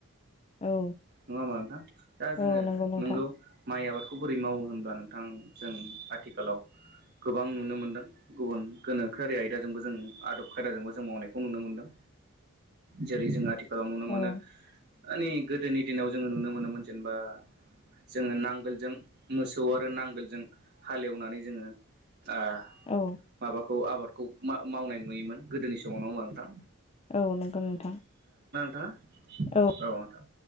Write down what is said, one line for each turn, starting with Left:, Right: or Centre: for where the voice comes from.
Left: औ
Right: नङा होनबा नोंथां दा जोङो
Left: औ नंगौ नोंथां
Right: नोंगौ माइ आबाद खौ बोरै मावो होनब्ला नोंथां जों आथिखालाव गोबां नुनो मोनदों गुबुन गोनोखोआरि आयदाजोंबो जों आदब खायदाजोंबो जों मावनायखौ नुनो मोनदों जेरै जोंथि फोराव नुनो मोनो
Left: औ
Right: मानानि गोदोनि दिनाव जोङो नुनो मोनोमोन जेनेबा जोङो नांगोलजों मोसौ आरो नांगोलजों हालेवनानै जोङो ओ
Left: औ
Right: माबाखौ आबादखौ मावनाय नुयोमोन गोदोनि समावनो होमा नोंथां
Left: औ नंगौ नोंथां
Right: था
Left: औ
Right: औनोंथां